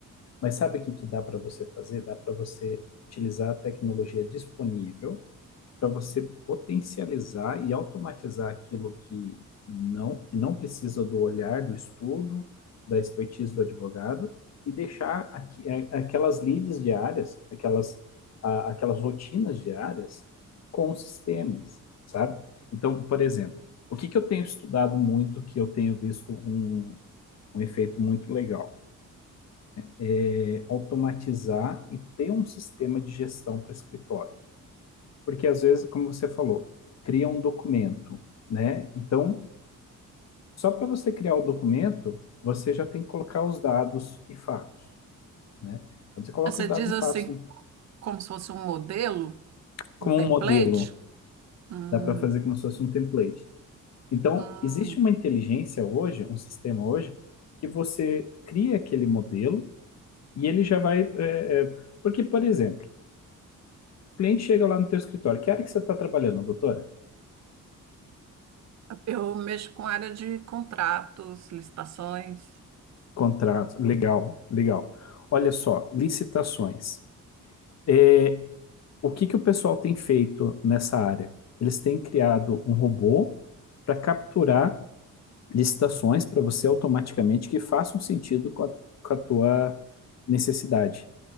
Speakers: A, on the left; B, on the right.
A: Mas sabe o que que dá para você fazer? Dá para você utilizar a tecnologia disponível para você potencializar e automatizar aquilo que não, que não precisa do olhar, do estudo, da expertise do advogado e deixar aqui- é, aquelas leads diárias, aquelas, a- aquelas rotinas diárias com sistemas, sabe? Então, por exemplo, o que que eu tenho estudado muito, que eu tenho visto um, um efeito muito legal? É automatizar e ter um sistema de gestão para o escritório. Porque às vezes, como você falou, cria um documento, né? Então, só para você criar o documento, você já tem que colocar os dados e fatos, né? Quando você coloca
B: Ah, Você
A: os dados
B: diz
A: e
B: assim,
A: fatos
B: como se fosse um modelo,
A: como
B: um template?
A: um modelo,
B: Hum,
A: dá para fazer como se fosse um template. Então,
B: hum.
A: existe uma inteligência hoje, um sistema hoje, que você cria aquele modelo e ele já vai. é, é, porque, por exemplo, o cliente chega lá no teu escritório, que área que você está trabalhando, doutora?
B: Eu mexo com área de contratos, licitações.
A: Contratos, legal, legal. Olha só, licitações. É, o que que o pessoal tem feito nessa área? Eles têm criado um robô para capturar licitações para você automaticamente que façam sentido com a, com a tua necessidade.